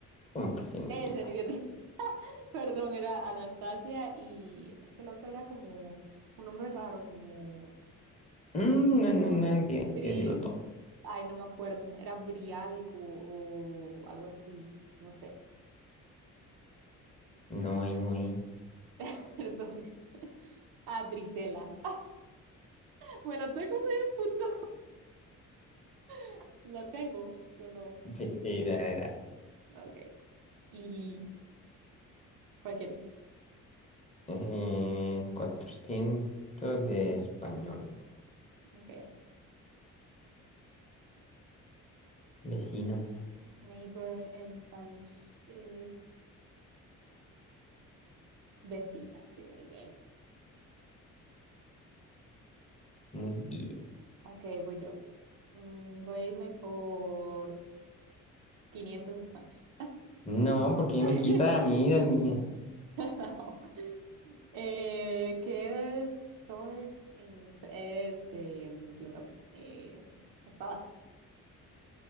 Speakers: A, on the left (about 20°); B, on the right (about 60°).
A: como que Cenicienta.
B: Eh, Cenicienta. Perdón, era Anastasia y es que la otra era como un nombre raro, como
A: Mm,
B: Bri-
A: no, no, no, no, tiene
B: Bris,
A: que decir los dos.
B: ay, no me acuerdo, era Bri algo o algo así, no sé,
A: No hay, no hay.
B: <laughs> perdón. Ah, Drisela. <laughs> Bueno, tengo medio punto. <laughs> ¿La tengo o no?
A: Sí, sí, da, da.
B: Ok. ¿Y cuál quieres?
A: Eh, 400 de español.
B: Ok.
A: Vecino.
B: Neighbor en Spanish es vecina, sí, muy bien.
A: Muy bien.
B: Ok, voy yo. Mm, voy a irme por 500 Spanish.
A: No, porque
B: <laughs>
A: me quita a mí, la mía.
B: No. Eh, ¿qué es sword en espa- Es eh, bla, bla, eh, espada.